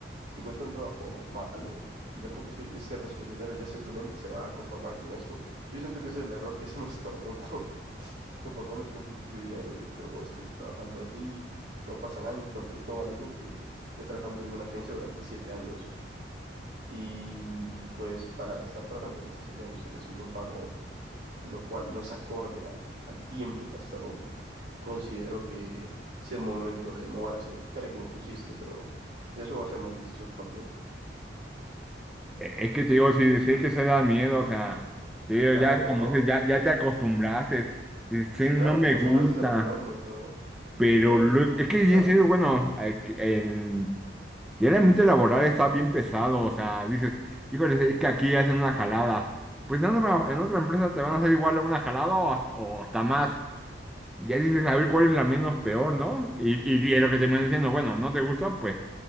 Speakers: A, on the right; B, in the centre.
A: encuentra un trabajo malo y ya con que se esté recibiendo dinero, ya simplemente se va a conformar con eso. Yo siento que ese es el error que <laughs> hacemos todo el mundo, <laughs> conformarnos con un poquillo de dinero y luego seguir trabajando ahí. Luego pasan años, por ejemplo, yo tengo un amigo que está trabajando en una agencia durante siete años y pues para estar trabajando durante siete años y recibir un pago, lo cual no es acorde a- al tiempo que has estado, considero que sí es momento de moverse, tal y como tú hiciste, pero... ya eso va a ser más decisión propia.
B: Eh, Es que te digo, si, si es que se da miedo, o sea, te digo,
A: Claro,
B: ya,
A: no,
B: como
A: no.
B: dices, ya, ya te acostumbraste, dices, "Chin,
A: Claro,
B: no me
A: te acostumbraste
B: gusta.
A: al entorno y todo.
B: Pero
A: Y tú imagínate
B: lue- es
A: que
B: que,
A: te cambies.
B: en serio, bueno, hay que- en, ya el ambiente laboral está bien pesado, o sea, dices, híjole, es que aquí hacen una jalada. Pues en otra, en otra empresa te van a hacer igual una jalada o, hasta o hasta más. Ya dices, a ver cuál es la menos peor, ¿no? Y, y, y es lo que te van diciendo, bueno, no te gusta, pues